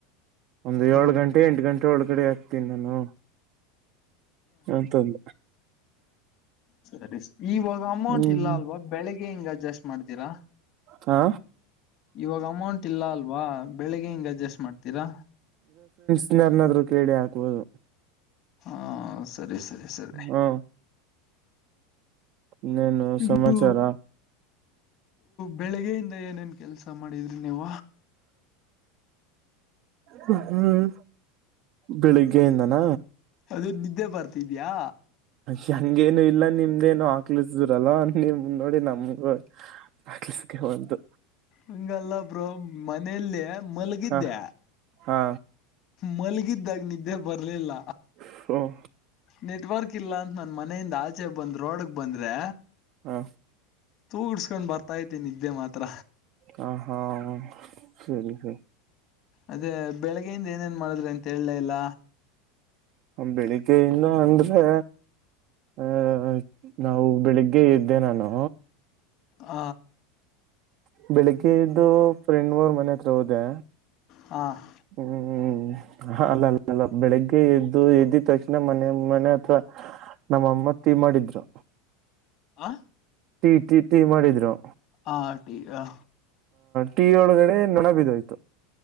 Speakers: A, on the right; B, on the left.
A: ಒಂದು
B: ಹ್ಮ್
A: ಏಳು ಗಂಟೆ ಎಂಟು ಗಂಟೆ ಒಳಗಡೆ ಆಗ್ತೀನಿ ನಾನು ಅಂತಂದ
B: ಸರಿ ಸ ಇವಾಗ ಅಮೌಂಟ್
A: ಹ್ಮ್
B: ಇಲ್ಲ ಅಲ್ವಾ ಬೆಳಿಗ್ಗೆ ಹಿಂಗ್ ಅಡ್ಜಸ್ಟ್ ಮಾಡ್ತೀರಾ
A: ಹಾ
B: ಇವಾಗ ಅಮೌಂಟ್ ಇಲ್ಲ ಅಲ್ವಾ ಬೆಳಿಗ್ಗೆ ಹಿಂಗ ಅಡ್ಜಸ್ಟ್ ಮಾಡ್ತೀರಾ
A: ರ್ನಾದ್ರು ಕೇಳಿ ಹಾಕ್ಬುದು
B: ಹಾ ಸರಿ ಸರಿ ಸರಿ
A: ಹಾ ಇನ್ನೇನು
B: ಇದು
A: ಸಮಾಚಾರ
B: ಬೆಳಿಗ್ಗೆ ಎಲ್ಲ ಏನೇನ್ ಕೆಲ್ಸ ಮಾಡಿದ್ರಿ ನೀವ
A: ಹ್ಮ್ ಬೆಳಿಗ್ಗೆಯಿಂದನ
B: ಅದು ನಿದ್ದೆ ಬರ್ತಿದ್ಯಾ
A: ಹಂಗೇನು ಇಲ್ಲ ನಿಮ್ದೇನು ಹಾಕ್ಲಿಸಿದ್ರಲ್ ನಿಮ ನೋಡಿ ನಮಗೂ ದಾಸಕ್ಕೆ ಒಂದು
B: ಹಂಗಲ್ಲ ಬ್ರೋ ಮನೇಲ್ಲ ಮಲಗಿದ್ದೆ
A: ಹ ಹಾ
B: ಮಲಗಿದ್ದಾಗ ನಿದ್ದೆ ಬರ್ಲಿಲ್ಲ
A: ಹ್ಮ <inaudible>
B: ನೆಟ್ವರ್ಕ್ ಇಲ್ಲ ಅಂತ ನನ್ ಮನೆಯಿಂದ ಆಚೆ ಬಂದ್ ರೋಡ್ಕ್ ಬಂದ್ರೆ
A: ಹಾ
B: ತೂಗಡ್ಸ್ಕೊಂಡ್ ಬರ್ತ ಐತಿ ನಿದ್ದೆ ಮಾತ್ರ
A: ಹ ಹಾ ಸರಿ ಸರಿ
B: ಅದೇ ಬೆಳಿಗ್ಗೆಯಿಂದ ಏನೇನ್ ಮಾಡಿದ್ರ ಅಂತ ಹೇಳಲೇ ಇಲ್ಲ
A: ಬೆಳಿಗ್ಗೆಯಿಂದ ಅಂದ್ರೆ ಅಹ ನಾವು ಬೆಳಿಗ್ಗೆ ಇದ್ದೆ ನಾನು
B: ಹ
A: ಬೆಳಿಗ್ಗೆದು ಫ್ರೆಂಡ್ ಮೂರ್ ಮನೆ ಹತ್ರ ಹೋದೆ
B: ಹಾ <inaudible>
A: ಹ್ಮ್್ಮ <inaudible> ಹ ಅಲ್ಲ ಅ ಅಲ್ಲ ಬೆಳಿಗ್ಗೆ ಎದ್ದು ಎದ್ದದ್ ತಕ್ಷಣ ಮನೆ ಮನೆ ಅಥವಾ ನಮ್ಮ ಮತ್ತೆ ಮಾಡಿದ್ರು
B: ಆ
A: ಟೀ ಟೀ ಟೀ ಮಾಡಿದ್ರು
B: ಹಾ ಟೀ ಆ
A: ಟಿ ಒಳಗಡೆ ನೊಣ ಬಿದೋಯ್ತು